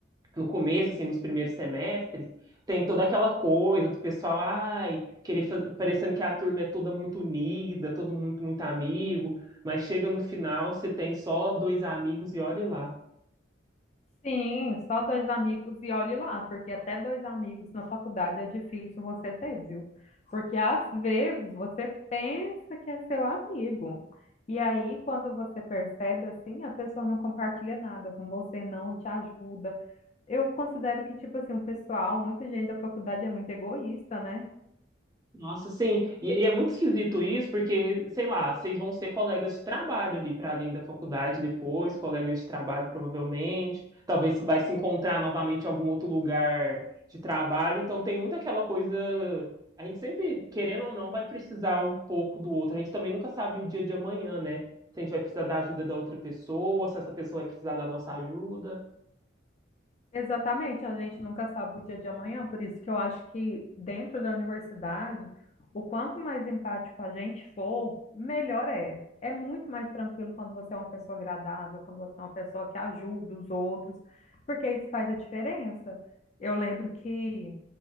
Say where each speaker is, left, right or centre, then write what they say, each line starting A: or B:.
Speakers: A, on the right (about 20°); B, on the left (about 35°).
A: no começo, assim, nos primeiros semestres, tem toda aquela coisa do pessoal, ai, querer fa- parecendo que a turma é toda muito unida, todo muito, muito amigo, mas chega no final, você tem só dois amigos e olhe lá.
B: Sim, só dois amigos e olhe lá, porque até dois amigos na faculdade é difícil você ter, viu? Porque às vezes você pensa que é seu amigo. E aí, quando você percebe assim, a pessoa não compartilha nada com você, não te ajuda. Eu considero que, tipo assim, o pessoal, muita gente da faculdade é muito egoísta, né?
A: Nossa, sim. E, e é muito esquisito isso, porque, sei lá, vocês vão ser colegas de trabalho ali para além da faculdade depois, colegas de trabalho provavelmente. Talvez vai se encontrar novamente em algum outro lugar de trabalho. Então tem muito aquela coisa. A gente sempre, querendo ou não, vai precisar um pouco do outro. A gente também nunca sabe o dia de amanhã, né? Se a gente vai precisar da ajuda da outra pessoa, se essa pessoa vai precisar da nossa ajuda.
B: Exatamente, a gente nunca sabe o dia de amanhã, por isso que eu acho que dentro da universidade, o quanto mais empático a gente for, melhor é. É muito mais tranquilo quando você é uma pessoa agradável, quando você é uma pessoa que ajuda os outros, porque isso faz a diferença. Eu lembro que